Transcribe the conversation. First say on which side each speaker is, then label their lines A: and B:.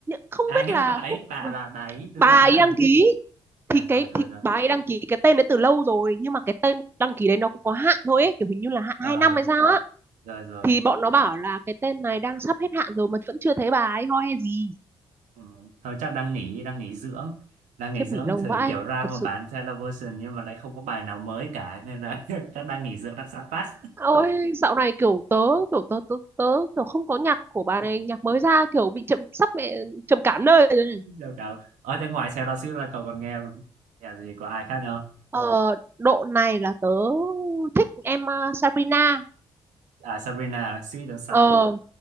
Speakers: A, on the right (about 15°); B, on the right (about 70°).
A: không
B: à
A: biết
B: nghĩa
A: là
B: là bà ấy
A: Phúc-
B: bà là bà ấy đưa
A: bà ấy
B: ra
A: đăng ký thì
B: Dạ,
A: cái
B: rồi rồi
A: thì
B: rồi
A: bà ấy đăng ký cái tên đấy từ lâu rồi nhưng mà cái tên đăng ký đấy nó cũng có hạn thôi ấy, kiểu hình như là hạn
B: ờ
A: 2 năm hay sao á
B: rồi rồi
A: thì bọn nó bảo là cái tên này đang sắp hết hạn rồi mà vẫn chưa thấy bà ấy ho hay gì
B: Ừ. Thôi chắc đang nghỉ đang nghỉ dưỡng đang nghỉ
A: khiếp
B: dưỡng
A: nghỉ lâu
B: thì
A: vãi
B: kiểu ra
A: thật
B: mà
A: sự
B: bán television nhưng mà lại không có bài nào mới cả nên là <laughs> chắc đang nghỉ dưỡng đang sáng tác
A: ôi dạo này kiểu tớ kiểu tớ tớ tớ kiểu không có nhạc của bà này nhạc mới ra kiểu bị chậm sắp mẹ trầm cảm nơi
B: <laughs>
A: rồi này
B: giờ cả ở bên ngoài Taylor Swift là cậu còn nghe nhạc gì của ai khác không
A: ờ, độ này là tớ thích em uh, Sabrina
B: à Sabrina Sweet and Sour
A: ờ